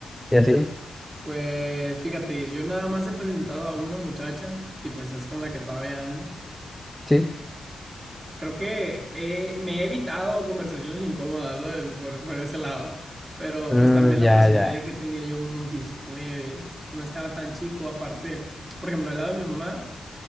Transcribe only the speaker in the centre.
Y así,
sí.
Mm,
ya,
ya.